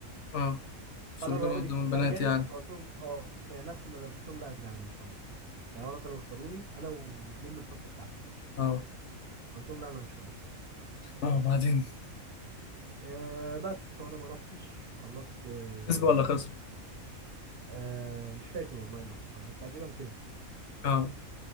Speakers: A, on the left; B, on the right.
A: اه صبيان
B: فانا الرواب الاجتماعي
A: قدام البنات
B: رجالي
A: يعني
B: فقلت لهم اه في هناك في المدرسه قلت لهم لا يا جدعان انا مش هروح يعني انا كانوا يختاروني انا واتنين من الفصل بتاعنا
A: اه
B: قلت لهم لا انا مش هروح
A: اه وبعدين
B: أه بس فانا ما رحتش خلصت أه
A: كسبوا ولا خسروا
B: أه مش فاكر والله إيه اللي حصل بس تقريبا كسبوا
A: اه